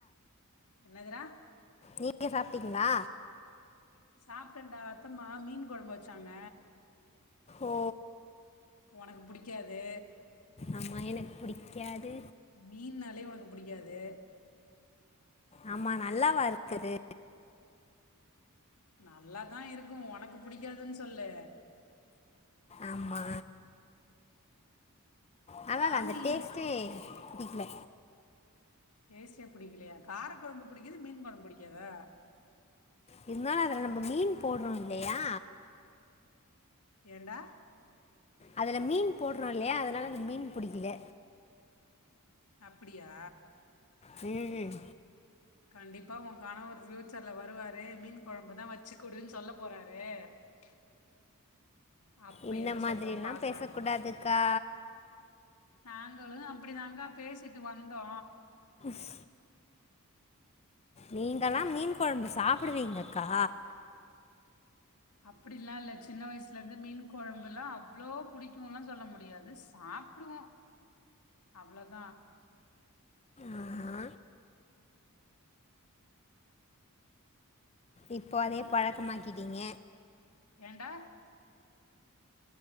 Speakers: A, on the left; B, on the left.
A: என்னதுடா
B: நீங்க சாப்ட்டீங்ளா
A: சாப்ட்டேன்டா அத்தம்மா மீன் கொழம்பு வச்சாங்க
B: ஓ
A: ஒனக்கு புடிக்காது
B: ஆமா எனக்கு புடிக்காது
A: மீன்னாலே ஒனக் புடிக்காது
B: ஆமா நல்லாவா இருக்குது
A: நல்லாதா இருக்கும் ஒனக்கு புடிக்காதுன் சொல்லு
B: ஆமா நல்லா
A: மாமி
B: இல்ல அந்த டேஸ்ட்டே புடிக்கல
A: டேஸ்ட்டே புடிக்கலையா கார கொழம்பு புடிக்குது மீன் கொழம்பு புடிக்காதா
B: இருந்தாலு அதுல நம்ப மீன் போடுறோ இல்லையா
A: ஏன்டா
B: அதுல மீன் போடுறோ இல்லையா அதனால அந்த மீன் புடிக்கல
A: அப்படியா
B: ம்
A: கண்டிப்பா ஒ கணவர் ஃபியூச்சர்ல வருவாரு மீன் கொழம்புதா வச்சுக்குடுன் சொல்ல போறாரு <inaudible> அப்ப
B: இந்த
A: என்ன
B: மாத்ரில்லா
A: சொல்றன்னு பாக்குறே
B: பேசக் கூடாதுக்கா
A: நாங்களு அப்டி தாங்கா பேசிட்டு வந்தோ
B: ஸ் நீங்களா மீன் கொழம்பு சாப்டுவீங்கக்கா
A: அப்படில்லா இல்ல சின்ன வயசுல இருந்தே மீன் கொழம்பு எல்லா அவ்ளோ புடிக்குலா சொல்ல முடியாது சாப்டுவோ அவ்ளோ தா
B: ஆஹா, இப்போ அதே பழக்கமாக்கிட்டீங்க
A: ஏன்டா